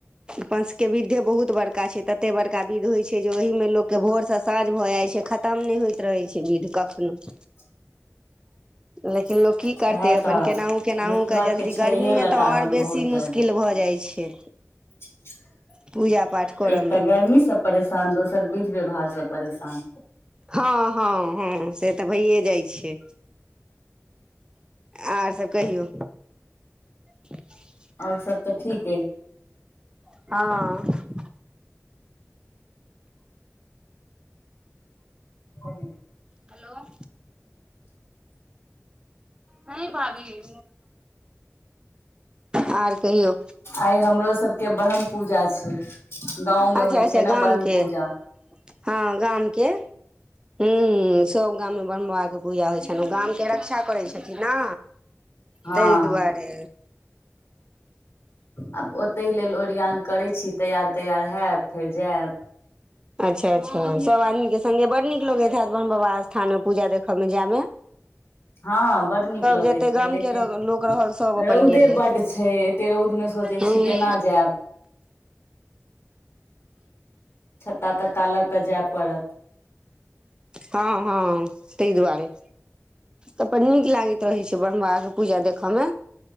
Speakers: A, on the right; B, on the left.
A: अपन सभ विधि बहुत बड़का। बड़का छै, ततेक बड़का विधि होइ छै जे ओहिमे लोककेँ भोरसँ साँझ भऽ जाइत छै, खतम नहि होइत रहै छै विधि कखनो। <inaudible>
B: <inaudible>
A: लेकिन लोक की
B: सएह
A: करतै, अपनके
B: तऽ
A: केनाहु केनाहुके
B: मिथिला
A: जल्दी।
B: के छैहे
A: गर्मीमे
B: लटारम
A: तऽ आओर बेसी
B: बहुत ज्यादा
A: मुश्किल। किल भऽ जाइ छै
B: <inaudible>
A: पूजा पाठ करऽ
B: एक तऽ
A: मे
B: गर्मीसँ परेशान, दोसर विधि व्यवहारसँ परेशान।
A: हँ हँ हँ, से तऽ भइए जाइ छै। आर सभ कहियौ <inaudible>
B: आओर सभ तऽ ठीक आइ
A: हँ
B: कह
A: हेलो नहि भाभी, आओर कहियौ?
B: आइ हमरो सभकेँ ब्रह्म पूजा छै। गाँंव में
A: अच्छा
B: होइ
A: अच्छा,
B: छै ने
A: गामकेँ
B: ब्रह्म पूजा
A: हँ, गामकेँ। हम्म, सभ गाममे ब्रह्म बाबाके पूजा होइ छनि, ओ गामके रक्षा करै छथिन ने।
B: हँ
A: ताहि दुआरे।
B: आब ओतहि लेल ओरिआन करैत छी, तैयार-तैयार होयब, फेर जायब।
A: अच्छा अच्छा, सभ आदमीके सङ्गे बड़ नीक लगैत हैत, बाबा स्थानमे पूजा देखयमे जायमे।
B: हँ, बड़ नीक लगै
A: जते
B: छै,
A: गाम
B: लेकिन
A: के लोक रहल सब अपन
B: रौद
A: गेलथि
B: बड्ड छै। तेँ रौदमे सोचै
A: हूँ
B: छी, केना जायब। छत्ता तत्ता लऽ कऽ जाय पड़त।
A: हँ हँ तहि दुआरे तऽ नीक लागैत रहै छै, ब्रह्म बाबाके पूजा देखयमे।